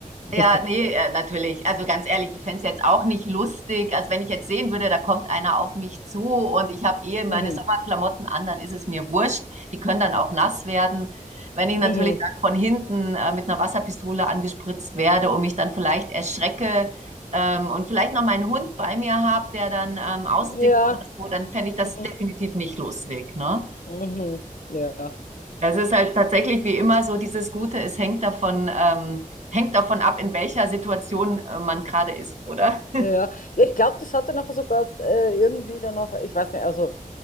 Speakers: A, on the left; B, on the right.
A: <laughs>
B: Ja, nee, äh, natürlich. Also ganz ehrlich, ich fänd's jetzt auch nicht lustig. Also wenn ich jetzt sehen würde, da kommt einer auf mich zu und ich habe eh meine
A: Mhm,
B: Sommerklamotten an, dann ist es mir wurscht. Die können dann auch nass werden. Wenn ich natürlich
A: mhm.
B: dann von hinten äh, mit einer Wasserpistole angespritzt werde und mich dann vielleicht erschrecke ähm, und vielleicht noch meinen Hund bei mir habe, der dann ähm, austickt
A: Ja,
B: oder so, dann fänd ich das
A: mhm,
B: definitiv nicht lustig, ne?
A: mhm. mhm, Ja.
B: Das ist halt tatsächlich wie immer so dieses Gute, es hängt davon, ähm, hängt davon ab, in welcher Situation äh, man gerade ist, oder?
A: Ja, ja Ja, ich glaube, das hat dann auch sogar äh, irgendwie dann auch, ich weiß nicht, also